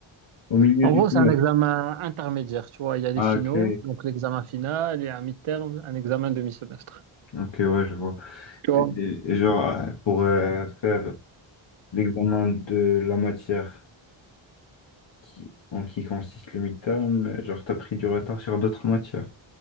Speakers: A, on the left (about 65°); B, on the right (about 80°).
A: au milieu
B: En
A: du
B: gros,
A: semestre.
B: c'est un examen intermédiaire, tu vois. Il y a les
A: Ah,
B: finaux,
A: ok.
B: donc l'examen final, et un midterm, un examen demi-semestre.
A: Ok, ouais, je vois.
B: Tu vois?
A: Et, et genre, euh, pour euh, faire l'examen de la matière qui, en qui consiste le mi-terme, euh, genre, t'as pris du retard sur d'autres matières.